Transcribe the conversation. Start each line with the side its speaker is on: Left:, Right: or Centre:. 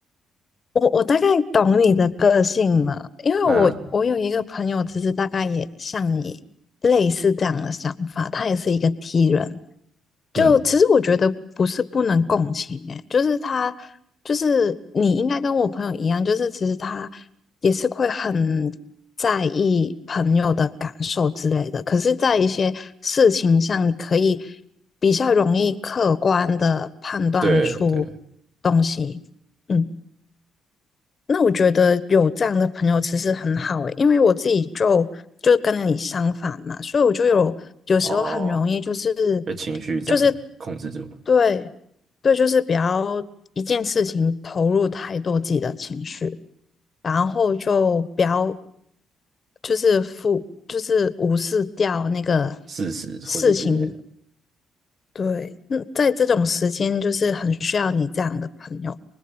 Left: 我我大概懂你的个性了，因为我我有一个朋友，
Right: <laughs> 嗯
Left: 其实大概也像你类似这样的想法，他也是一个 T 人。就其实我觉得不是不能共情、
Right: 嗯，
Left: 欸，就是他就是你应该跟我朋友一样，就是其实他也是会很在意朋友的感受之类的。可是，在一些事情上，你可以比较容易客观的判断出
Right: 对对
Left: 东西。嗯。那我觉得有这样的朋友其实很好诶，因为我自己就就跟你相反嘛，所以我就有有时候很容易就是
Right: 哦，被情绪这样控制住了
Left: 就是对对，就是比较一件事情投入太多自己的情绪，然后就不要就是负就是无视掉那个
Right: 事实或是一些。
Left: 事情。对，嗯，在这种时间就是很需要你这样的朋友。